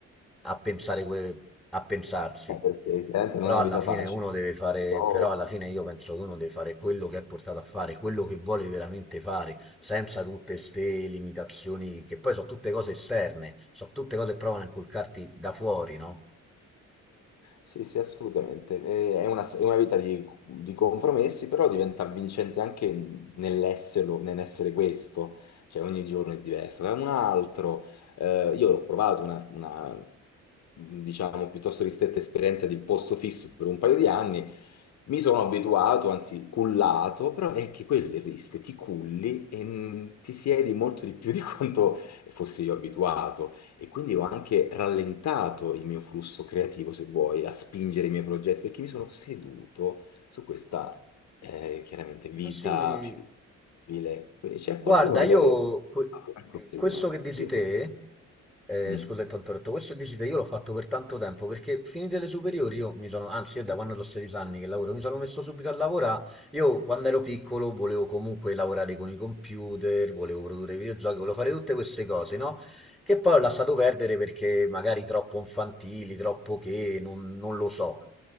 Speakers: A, in the centre; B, on the left.
A: a pensare, que- a pensarsi.
B: eh, perché chiaramente non
A: Però
B: è una
A: alla
B: vita
A: fine
B: facile,
A: uno deve fare,
B: però...
A: però alla fine io penso che uno deve fare quello che è portato a fare, quello che vuole veramente fare senza tutte ste limitazioni che poi sono tutte cose esterne, sono tutte cose che provano a inculcarti da fuori, no?
B: Sì, sì, assolutamente. E È una, è una vita di, di compromessi, però diventa vincente anche nell'esserlo, nell'essere questo, cioè ogni giorno è diverso. Da un altro, Eh, io ho provato una, una mh, diciamo, piuttosto ristretta esperienza di posto fisso per un paio di anni, mi sono abituato, anzi cullato, però è che quello è il rischio, ti culli e mh, ti siedi molto di più di quanto fossi io abituato e quindi ho anche rallentato il mio flusso creativo, se vuoi, a spingere i miei progetti, perché mi sono seduto su questa, eh, chiaramente, vita
A: Ma sì,
B: più stabile. Quindi c'è
A: Guarda,
B: qualcuno che
A: io
B: davvero...
A: que-
B: <laughs>
A: eh, questo che dici
B: Io
A: te,
B: forse...
A: eh,
B: Mm.
A: scusa che ti ho interrotto, questo che dici te io l'ho fatto per tanto tempo perché finite le superiori io mi sono, anzi io da quando ho 16 anni che lavoro, mi sono messo subito a lavorare, io quando ero piccolo volevo comunque lavorare con i computer, volevo produrre videogiochi, volevo fare tutte queste cose, no? Che poi ho lasciato perdere perché magari troppo infantili, troppo che, non non lo so.